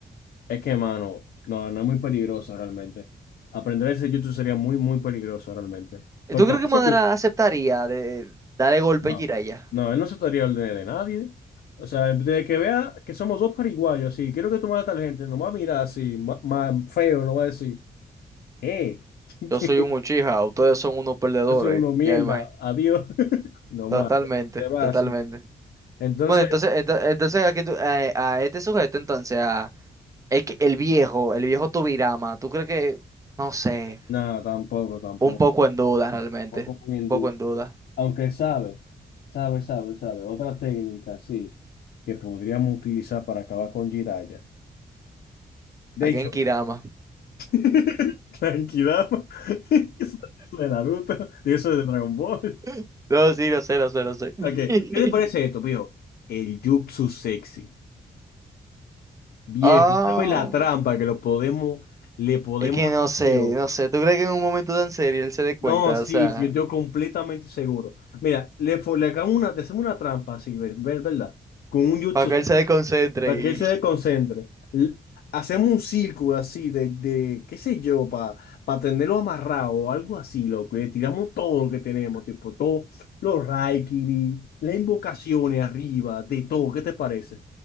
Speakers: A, on the left; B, on the right.
A: Es que, mano, no, no es muy peligroso realmente. Aprender ese YouTube sería muy, muy peligroso realmente. Porque
B: <laughs> ¿Tú crees
A: va a
B: que
A: veces,
B: Madara aceptaría de darle golpe
A: no,
B: a Jiraiya?
A: no, él no se estaría al de nadie. O sea, desde que vea que somos dos paraguayos, así, quiero que tú mates a tal gente, no va a mirar así, más, más feo, no va a decir, ¿qué? <laughs>
B: Yo soy un Uchiha, ustedes son unos perdedores,
A: Eso es uno mierda.
B: ya me imagino.
A: Adiós. <laughs> No
B: Totalmente,
A: más. no Te va
B: totalmente.
A: así. Entonces,
B: Bueno, entonces, ento- entonces aquí tú- eh, a, este sujeto, entonces, a, es que el viejo, el viejo Tobirama, ¿tú crees que, no sé,
A: nada, tampoco, tampoco.
B: un poco en duda realmente?
A: Tampoco muy enduro.
B: Un poco en duda.
A: Aunque sabe, sabe, sabe, sabe. Otra técnica, sí, que podríamos utilizar para acabar con Jiraiya. De
B: Aquí
A: hecho,
B: en Kirama.
A: <laughs> Tranquilidad. <laughs> Eso es de Naruto. Digo, eso es de Dragon Ball.
B: <laughs> No, sí, lo sé, lo sé, lo sé. <laughs>
A: Ok, ¿qué te parece esto, viejo? El jutsu sexy. Viejo,
B: Ah,
A: ¿sabes la trampa que lo podemos, le podemos
B: es que no sé,
A: hacer?
B: no sé. ¿Tú crees que en un momento tan serio él se dé
A: No,
B: cuenta?
A: sí,
B: O sea,
A: sí, yo, yo completamente seguro. Mira, le, fo- le hagamos una, le hacemos una trampa así, ver, ver- ¿verdad? Con un jutsu,
B: para que él se desconcentre
A: para que él se desconcentre. L- hacemos un círculo así de, de qué sé yo, para tenerlo amarrado o algo así, loco. y Le tiramos todo lo que tenemos, tipo, todos los raikiri, las invocaciones arriba, de todo. ¿Qué te parece?